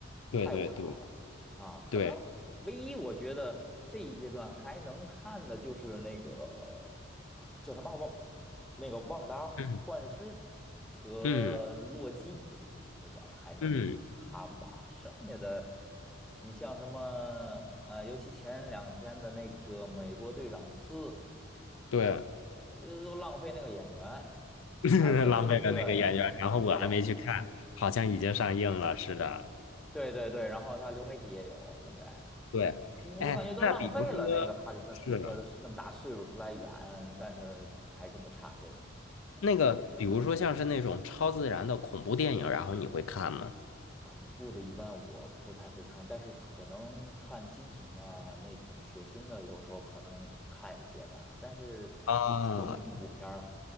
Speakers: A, in the centre; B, on the left.
A: 太无脑了啊！
B: 对对对
A: 可能唯一我觉得这一阶段还能看的就是那个
B: 对，
A: 叫什么旺，那个旺达幻视
B: 嗯
A: 和洛基，
B: 嗯
A: 我觉着还能看吧，
B: 嗯，
A: 剩下的。你像什么，呃，尤其前两天的那个《美国队长四》，
B: 对。
A: 这都浪费那个演员，
B: <laughs>
A: 哈里森福特什么的，
B: 浪费了那个演员，然后我还没去看，
A: 对吧？
B: 好像已经上映了，似的，
A: 对对对，然后他流媒体也有现在，
B: 对，
A: 嗯我感觉都浪费了那个哈里森福特的那么大岁数出来演，
B: 哎，那比如说，是的
A: 但是还这么差劲儿。嗯，
B: 那个，比如说像是那种超自然的恐怖电影，然后你会看吗？
A: 恐怖的一般我不太会看，但是可能看惊悚啊那种血腥的，有时候可能看一些吧。但是就纯恐怖片儿，
B: 啊，